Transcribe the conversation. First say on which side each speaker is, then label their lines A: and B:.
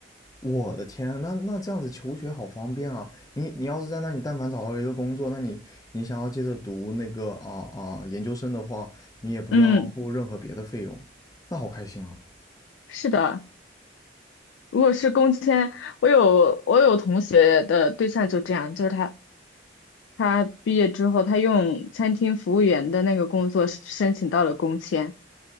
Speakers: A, on the left (about 20°); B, on the left (about 80°).
A: 我的天啊那那这样子求学好方便啊！你你要是在那里，但凡找到了一个工作，那你你想要接着读那个啊啊研究生的话，你也不要付任何别的费用，
B: 嗯，
A: 那好开心啊！
B: 是的。如果是工签，我有我有同学的对象就这样，就是他他毕业之后，他用餐厅服务员的那个工作申请到了工签，